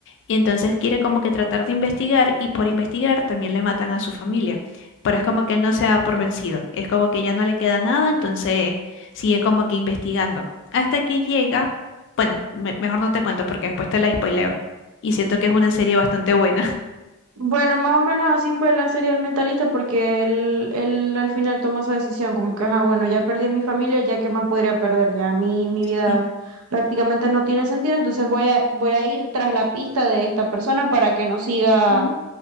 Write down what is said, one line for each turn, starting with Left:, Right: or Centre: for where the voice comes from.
Left: Y entonces quiere como que tratar de investigar y por investigar también le matan a su familia. Pero es como que él no se da por vencido. Es como que ya no le queda nada, entonces sigue como que investigando. Hasta que llega, bueno, me- mejor no te cuento porque después te la spoileo. Y siento que es una serie bastante buena. <laughs>
Right: Bueno, más o menos así fue la serie del mentalista porque él, él al final tomó esa decisión, como que, ah, bueno, ya perdí a mi familia, ya qué más podría perder, ya mi, mi vida
Left: Sí.
Right: prácticamente no tiene sentido, entonces voy a, voy a ir tras la pista de esta persona para que no siga
Left: Mm.